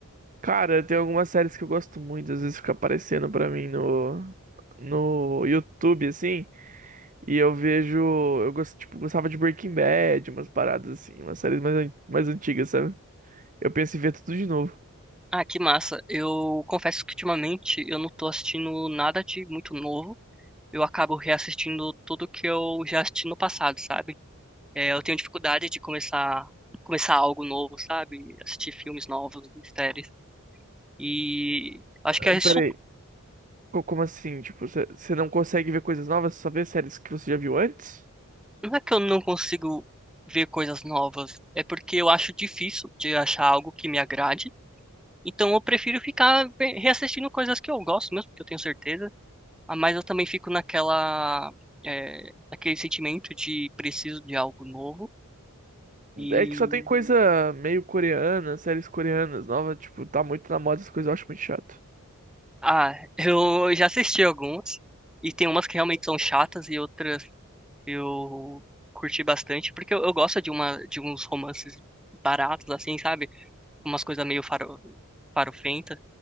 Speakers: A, on the right; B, in the centre.
A: Cara, tem algumas séries que eu gosto muito, às vezes fica aparecendo pra mim no no YouTube assim, e eu vejo, eu gosto, tipo, gostava de Breaking Bad, umas paradas assim, umas séries mais an- mais antigas, sabe? Eu penso em ver tudo de novo.
B: Ah, que massa. Eu confesso que ultimamente eu não tô assistindo nada de muito novo. Eu acabo reassistindo tudo que eu já assisti no passado, sabe? É, eu tenho dificuldade de começar começar algo novo, sabe? Assistir filmes novos, séries. E acho
A: Ah,
B: que é isso
A: Peraí, co- como assim? Tipo, você você não consegue ver coisas novas, só vê séries que você já viu antes?
B: Não é que eu não consigo ver coisas novas, é porque eu acho difícil de achar algo que me agrade. Então eu prefiro ficar ve- reassistindo coisas que eu gosto mesmo, que eu tenho certeza. Ah, Mas eu também fico naquela, é, naquele sentimento de preciso de algo novo. E
A: É que só tem coisa meio coreana, séries coreanas novas, tipo, tá muito na moda essas coisas, eu acho muito chato.
B: ah, <laughs> eu já assisti algumas e tem umas que realmente são chatas e outras eu curti bastante porque eu, eu gosto de uma de uns romances baratos assim, sabe? Umas coisas meio faro, farofentas.